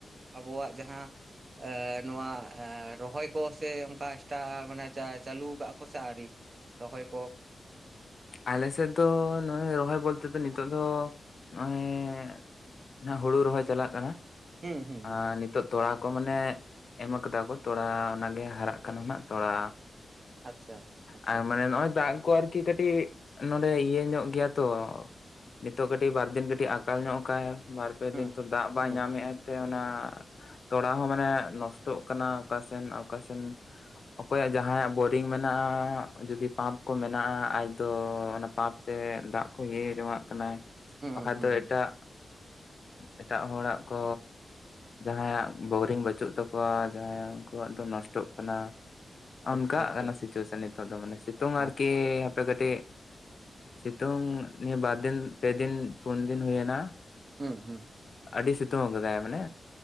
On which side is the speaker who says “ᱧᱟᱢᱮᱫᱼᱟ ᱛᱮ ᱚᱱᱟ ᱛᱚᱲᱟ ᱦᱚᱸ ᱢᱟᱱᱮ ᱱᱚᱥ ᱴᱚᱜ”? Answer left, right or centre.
Left